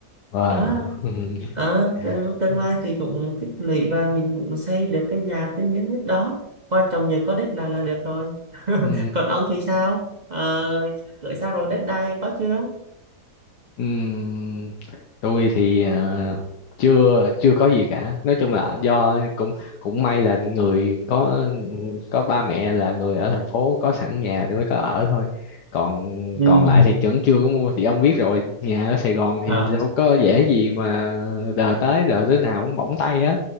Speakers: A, on the left (about 80°); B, on the right (about 30°).
A: wow
B: đó
A: <laughs>
B: Ờ, tương, tương
A: ừ.
B: lai thì cũng tích lũy và mình cũng xây được cái nhà tới những đất đó quan trọng nhờ có đất là là được rồi <laughs>
A: Ừ.
B: còn ông thì sao ờ, gửi sao rồi đất đai có chưa
A: Ừm, tôi thì à, chưa chưa có gì cả nói chung là do cũng cũng may là người có có ba mẹ là người ở thành phố có sẵn nhà tôi mới có ở thôi còn
B: Ừ.
A: còn lại thì vẫn chưa có mua thì ông biết rồi nhà ở Sài Gòn thì
B: À,
A: đâu có dễ gì mà đờ tới rồi đứa nào cũng bỏng tay hết